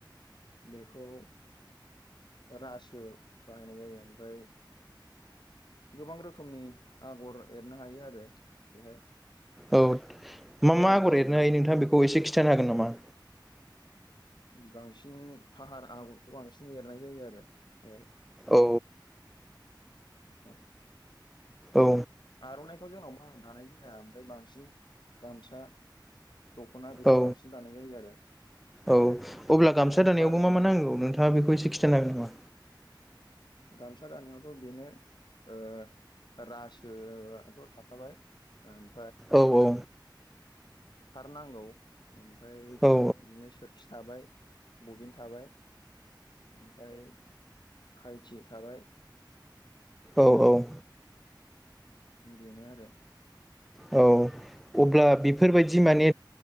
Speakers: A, on the left (about 65°); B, in the centre.
A: बेखौ रासो बाहायनाय जायो ओमफाय गोबां रोखोमनि आगर एरनो हायो आरो बेहाय
B: औ
A: ओमफ्राय
B: मा मा
A: बांसिन
B: आगर एरनो हायो नोंथाङा बेखौ एसे खिथानो हागोन नामा?
A: बांसिन फाहार आगरखौ बांसिन एरनाय जायो आरो ओ
B: औ
A: औ
B: औ
A: आर'नाइखौ जोंनाव बारा दानाय जाया आमफाय बांसिन गामसा दख'ना बेखौ
B: औ
A: बांसिन दानाय जायो आरो।
B: औ अब्ला
A: बेखौ
B: गामसा दानायावबो
A: बाजारावनो
B: मा मा नांगौ नोंथाङा बेखौ एसे खिथानो हागोन नामा?
A: गामसा दानायावथ' बेनो ओ रासो आथ' थाखाबाय ओम
B: औ औ
A: थारनांगौ ओमफ्राय
B: औ
A: बिदिनो सोरखि थाबाय बबिन थाबाय ओमफाय खायथि थाबाय
B: औ औ औ
A: बेनो आरो
B: औ अब्ला बेफोरबायदि माने